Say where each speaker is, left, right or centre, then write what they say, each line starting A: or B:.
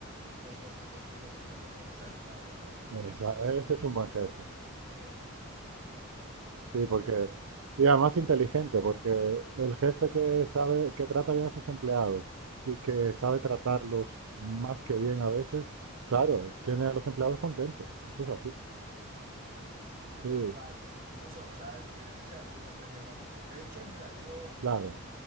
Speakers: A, on the right (about 40°); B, on the right (about 75°).
A: unos 200 y pico 300 euros extra, o sea, eh,
B: Esa- ese es un buen jefe.
A: sí, eh, es-
B: Sí,
A: sí,
B: porque...
A: sí,
B: Y además inteligente, porque el jefe que sabe, que trata bien a sus empleados y que sabe tratarlos más que bien a veces, claro, tiene a los empleados contentos. Eso es así.
A: sí. Sí, no,
B: Sí,
A: iba, y, va, y y no, so- o sea, él quiere que sea como una especie de familia. De hecho, mira, yo...
B: claro.